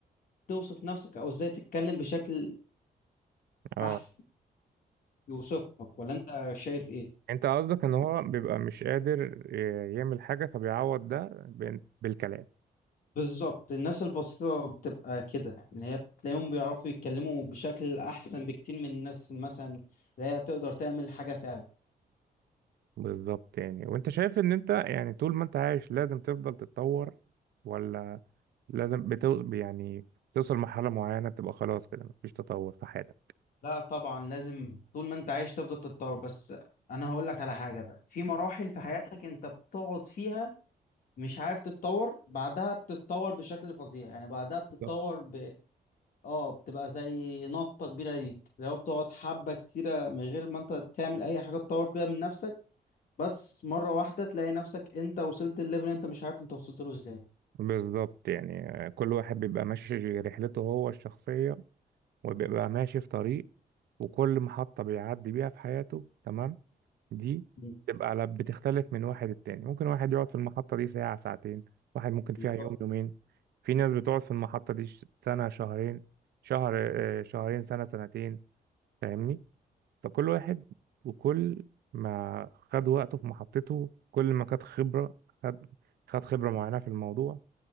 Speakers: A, on the left; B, on the right.
A: توصف نفسك او ازاي تتكلم بشكل
B: اه
A: احسن يوصفك ولا انت شايف ايه
B: انت قصدك ان هو بيبقى مش قادر ي- يعمل حاجة فبيعوض ده بال- بالكلام
A: بالظبط الناس البسيطة بتبقى كده يعني اللي هي بتلاقيهم بيعرفوا يتكلموا بشكل أحسن بكتير من الناس مثلا اللي هي تقدر تعمل حاجة فعلا
B: بالظبط يعني وانت شايف ان انت يعني طول ما انت عايش لازم تفضل تتطور ولا لازم بتو يعني توصل لمرحلة معينة تبقى خلاص كده مفيش تطور في حياتك
A: لا طبعا لازم طول ما أنت عايش تفضل تتطور بس أنا هقول لك على حاجة بقى في مراحل في حياتك أنت بتقعد فيها مش عارف تتطور بعدها بتتطور بشكل فظيع يعني بعدها بتتطور
B: بالظبط
A: ب اه بتبقى زي نطة كبيرة ليك لو بتقعد حبة كتيرة من غير ما أنت تعمل أي حاجة تطور بيها من نفسك بس مرة واحدة تلاقي نفسك انت وصلت الليفل انت مش عارف انت وصلت له ازاي
B: بالظبط يعني آه، كل واحد بيبقى ماشي رحلته هو الشخصية وبيبقى ماشي في طريق وكل محطة بيعدي بيها في حياته تمام دي
A: مم.
B: بتبقى على بتختلف من واحد للتاني ممكن واحد يقعد في المحطة دي ساعة ساعتين واحد ممكن فيها
A: بالظبط
B: يوم يومين في ناس بتقعد في المحطة دي ش- سنة شهرين شهر آه، شهرين سنة سنتين فاهمني فكل واحد وكل ما خد وقته في محطته كل ما خد خبرة خد خد خبرة معينة في الموضوع